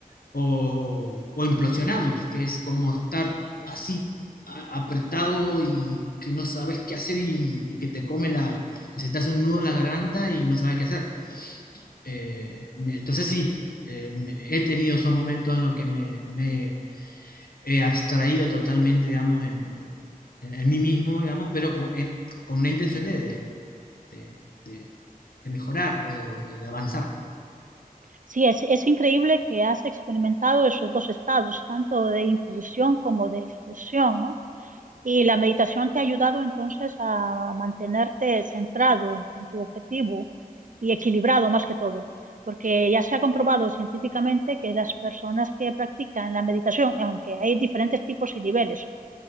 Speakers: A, on the left; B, on the right.
A: o, o implosionamos, que es como estar así a- apretado y que no sabes qué hacer y, y que te come la, que se te hace un nudo en la garganta y no sabes qué hacer. Eh, me- entonces sí, eh, me- he tenido esos momentos en los que me, me he abstraído totalmente, digamos, en, en- en mí mismo, digamos, pero con, en- con una intención de, de, de- de- de mejorar o de, o de avanzar.
B: Sí, es, es increíble que has experimentado esos dos estados, tanto de inclusión como de explosión, ¿no? Y la meditación te ha ayudado entonces a mantenerte centrado en tu objetivo y equilibrado más que todo, porque ya se ha comprobado científicamente que las personas que practican la meditación, aunque hay diferentes tipos y niveles,